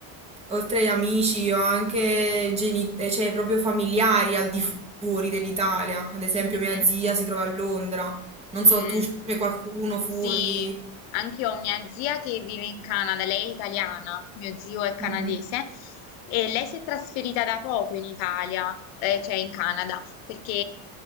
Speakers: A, on the right; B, on the left.
A: oltre agli amici, ho anche geni- eh, cioè, proprio familiari al di fu- fuori dell'Italia, ad esempio
B: Mhm.
A: mia zia si trova a Londra, non so,
B: Mm.
A: tu c'è qualcuno fuori?
B: Sì, anche io ho mia zia che vive in Canada, lei è italiana, mio zio è canadese
A: Mhm.
B: e lei si è trasferita da poco in Italia, eh, cioè in Canada, perché